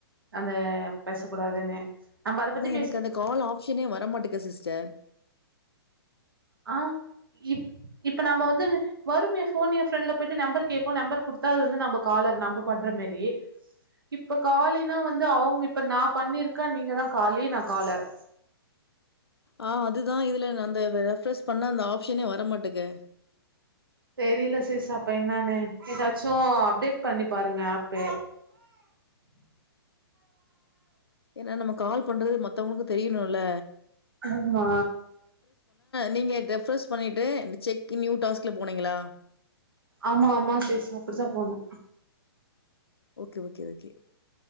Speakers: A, on the right; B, on the left.
A: அத பேச கூடாதுனு நம்ம
B: ஆனா
A: பத்தி
B: எனக்கு அந்த கால் ஆப்ஷனே வரமாட்டேக்கு சிஸ்டர்
A: ஆஹ் இப் இப்ப நாம வந்து வருமே ஃபோன் எ ஃப்ரெட்ல போயிட்டு நம்பர் கேகும் நம்பர் குடுத்தா அது வந்து நம்ப காலர் நம்ப பண்ற மேரி இப்ப காலினா வந்து அவ்ங் இப்ப நா பண்ணிருக்கே நீங்க தா காலியே நா காலர்
B: ஆ அதுதா இதுல நா அந்த ரெஃப்ரெஸ் பண்ணா அந்த ஆஃப்ஷனே வரமாட்டேக்கு
A: தெரில சிஸ் அப்ப என்னானு எதாச்சு அப்டேட் பண்ணி பாருங்க அப்பு
B: ஏனா நம்ம கால் பண்றது மத்தவுங்களுக்கு தெரியணுல
A: ஆமா
B: நீங்க த ரெஃப்ரெஸ் பண்ணிட்டு செக் நியூ டாஸ்க்ல போனீங்களா
A: ஆமா ஆமா சிஸ் அப்டிதா போடுனு
B: ஓகே ஓகே ஓகே